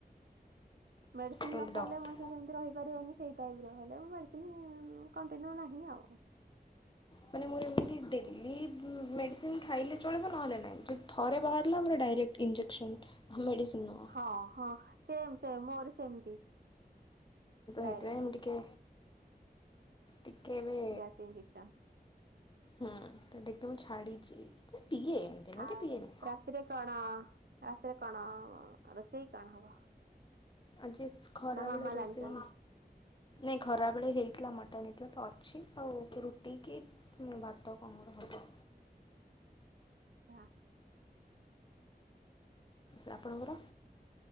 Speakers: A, on the right; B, on the left.
A: ମେଡିସିନ
B: ତ
A: ନ ଖାଇଲେ
B: ଡକ୍ଟର
A: ଯେମତି ରହିପାରିବନି ସେଇ ଟାଇପ ର ହେଲେ ମେଡିସିନ କଣ୍ଟିନ୍ୟୁ ନାହିଁ ଆଉ
B: ମାନେ ମୋର ଏମିତି ଡେଲି ମେଡିସିନ ଖାଇଲେ ଚଳିବ ନହେଲେ ନାହିଁ ଯଦି ଥରେ ବାହାରିଲାର ଡାଇକ୍ଟ ଇଞ୍ଜେକ୍ସନ୍ ମେଡ଼ିଡିସିନ୍ ତ
A: ହଁ ହଁ ସେମ ସେମ ମୋର ସେମିତି ଡାଇରେକ୍ଟ
B: ହେଇଥିପାଇଁ ମୁ ଟିକେ ଟିକେ ଏବେ
A: ଗ୍ୟାସ ଇଞ୍ଜେକ୍ସନ।
B: ହୁଁ ତ ଟିକେ ମୁଁ ଛାଡ଼ିଛି ପିଏ। ନୁହଁ
A: ଆଉ
B: କି ପିଏନି
A: ରାତିରେ କଣ ରାତିରେ କଣ ରୋଷେଇ କଣ ହବ?
B: ଆଜି ଖରା
A: ନା ମାମା
B: ବେଳେ ରୋଷେଇ
A: ଜାଣିଛନ୍ତି
B: ନାଇଁ ଖରାବେଳେ ହେଇଥିଲା ମଟନ୍ ହେଇଥିଲା ତ ଅଛି ଆଉ ରୁଟି କିି ଭାତ କଙ୍ଗଡ଼ ହଥା।
A: ହଁ।
B: ଆ ଆପଣଙ୍କର?